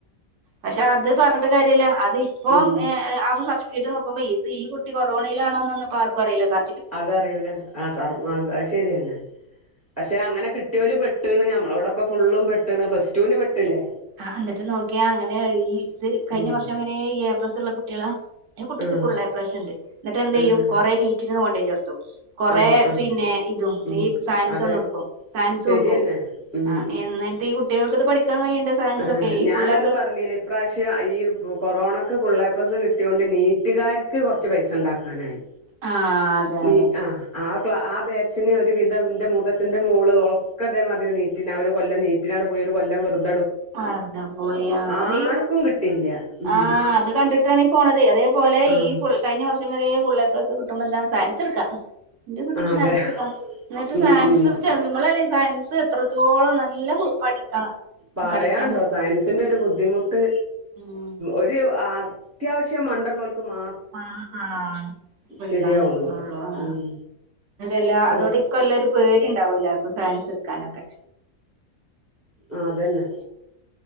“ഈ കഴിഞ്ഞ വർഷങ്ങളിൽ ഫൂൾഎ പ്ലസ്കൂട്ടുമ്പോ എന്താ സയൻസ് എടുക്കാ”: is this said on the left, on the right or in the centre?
Right